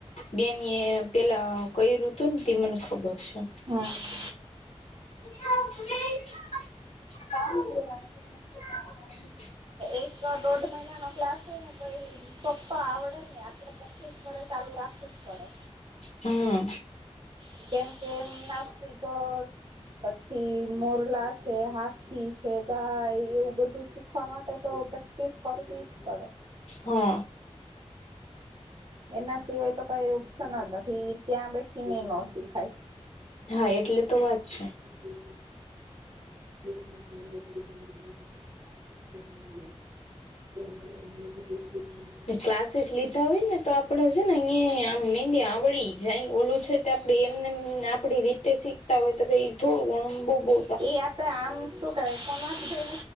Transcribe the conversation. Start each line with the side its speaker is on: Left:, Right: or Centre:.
Left: બેની એ પેલા કઈ ઋતુ ન તે મને ખબર છે.
Right: હા
Left: <unintelligible>
Right: એક દોઢ મહિનાનો ક્લાસ ને પપ્પા આવડે ને આપડે પ્રેક્ટિસ ઘરે ચાલુ રાખવી જ પડે
Left: હમ
Right: <unintelligible> કેમ કે એમના <unintelligible> પછી મોરલા છે હાથી છે ગાય એવું બધું શીખવા માટે તો ટીસ કરવી જ પડે.
Left: હા
Right: એના સિવાય તો કઇ ઓપ્શન જ નથી ત્યાં બેઠીને નો શીખાય.
Left: હા એટલે તો વાત છે.
Right: હમ <inaudible> <inaudible>
Left: ને ક્લાસીસ લીધા હોય ને તો આપ પડે છે ને અહી આમ મેંદી આવડી જાય ઓલું છે તે આપડે એમ ને એમ આપડી રીતે શીખતા હોય તો કઈ થોડું ઘણું બહુ બો
Right: ઈ આપડે આમ શું કેવાય <unintelligible> હોય